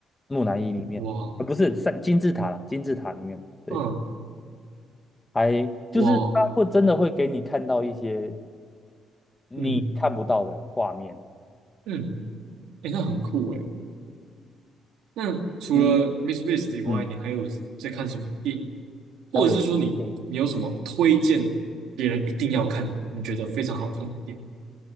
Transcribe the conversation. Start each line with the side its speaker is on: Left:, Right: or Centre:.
Left: 木乃伊里面，
Right: 哇，
Left: 呃，不是三金字塔啦，金字塔里面，对。
Right: 嗯
Left: 还就是他会真的会给你看到一些
Right: 哇，
Left: 你看不到的画面。
Right: 嗯嗯，诶，那很酷诶。那除了
Left: 嗯
Right: Miss b i s t 以外，
Left: 嗯，
Right: 你还有在看什么电影，或者是说你你有什么推荐别人一定要看的，
Left: 还有对，
Right: 你觉得非常好看的电影？